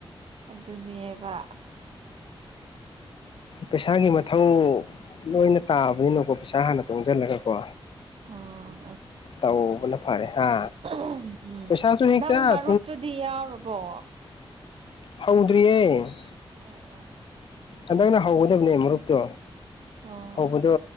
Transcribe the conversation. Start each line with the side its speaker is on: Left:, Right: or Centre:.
Right: ꯑꯗꯨꯅꯦꯕ
Left: ꯄꯩꯁꯥꯒꯤ ꯃꯊꯧ ꯂꯣꯏꯅ ꯇꯥꯕꯅꯤꯅꯀꯣ ꯄꯩꯁꯥ ꯍꯥꯟꯅ ꯇꯣꯡꯁꯤꯜꯂꯒꯀꯣ
Right: ꯎꯝ
Left: ꯇꯧꯕꯅ ꯐꯔꯦ ꯍꯥ
Right: ꯎꯝ ꯎꯝ
Left: ꯄꯩꯁꯥꯁꯨ ꯍꯦꯛꯇ
Right: ꯅꯪ ꯃꯔꯨꯞꯇꯨꯗꯤ ꯌꯥꯎꯔꯕꯣ
Left: ꯍꯧꯗ꯭ꯔꯤꯌꯦ
Right: ꯑꯣ ꯑꯣ
Left: ꯍꯟꯗꯛꯅ ꯍꯧꯒꯗꯕꯅꯦ ꯃꯔꯨꯞꯇꯣ
Right: ꯑꯣ ꯑꯣ
Left: ꯍꯧꯕꯗꯣ